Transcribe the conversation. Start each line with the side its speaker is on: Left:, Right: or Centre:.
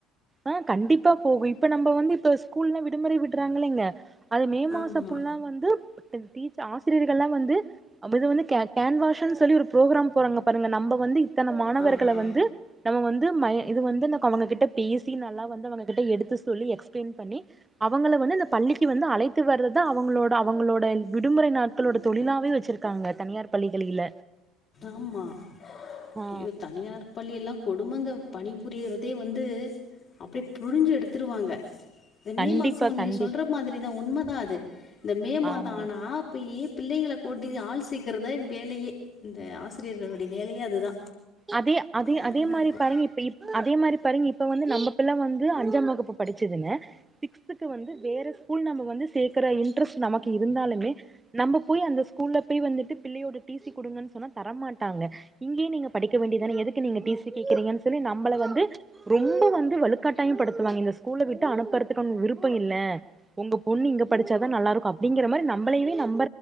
Right: ஆ கண்டிப்பா போகூ இப்ப நம்ப வந்து இப்ப ஸ்கூல்லல்ல விடுமுறை விடுறாங்களங்க அது மே மாச
Left: ஆமா
Right: ஃபுல்லா வந்து டீச் ஆசிரியர்கள்லா வந்து இது வந்து க கேன்வாஷுன் சொல்லி ஒரு புரோக்ராம் போறாங்க பாருங்க நம்ப வந்து இத்தன மாணவர்கள
Left: ஆமா
Right: வந்து நம்ம வந்து மை இது வந்து அவங்ககிட்ட பே சி நல்லா வந்து அவங்க கிட்ட எடுத்து சொல்லி எக்ஸ்பிளைன் பண்ணி அவங்கள வந்து அந்த பள்ளிக்கு வந்து அழைத்து வர்றதா அவங்களோட அவங்களோட விடுமுறை நாட்களோட தொழிலாவே வெச்சிருக்காங்க தனியார் பள்ளிகளில
Left: ஆமா
Right: ஆ
Left: ஐயோ தனியார் பள்ளி எல்லா கொடுமங்க பணிபுரியறதே வந்து அப்படியே புழிஞ்சு எடுத்துருவாங்க இந்த மே
Right: கண்டிப்பா
Left: மாச நீங்க
Right: கண்டிப்
Left: சொல்ற மாதிரிதா உண்ம தா அது இந்த மே மாத
Right: ஆமா
Left: ஆனா அப்பயே பிள்ளைங்கள கூட்டி ஆள் சேக் கறதா வேலையே அந்த ஆசிரியர்களுடைய வேலையே அதுதா
Right: அதே அதே
Left: அப்டிதா
Right: அதே மாரி
Left: இருக்கு
Right: பாருங்க இப்ப இப் அதே மாரி பாருங்க இப்ப வந்து நம்ம புள்ள வந்து அஞ்சாம் வகுப்பு படிச்சதுன்னு சிக்ஸ்த்துக்கு வந்து வேறு ஸ்கூல் நம்ம வந்து சேக்கற இன்ட்ரஸ்ட் நமக்கு இருந்தாலுமே நம்ம போய் அந்த ஸ்கூல்ல போய் வந்துட்டு பிள்ளையோட டீசி குடுங்கன் சொன்னா தர மாட்டாங்க இங்கே நீங்க படிக்க வேண்டியதான எதுக்கு நீங்க டீசி கேக்குறீங்கன் சொல்லி நம்பள வந்து ரொம்ப வந்து வலுக்கட்டாயம் படுத்துவாங்க இந்த ஸ்கூல்ல விட்டு அனுப்புறதுக்கு விருப்போம் இல்ல ஒங்க பொண்ணு இங்க படிச்சாதா நல்லா இருக்கும் அப்டிங்கிற மாரி நம்மளயவே நம்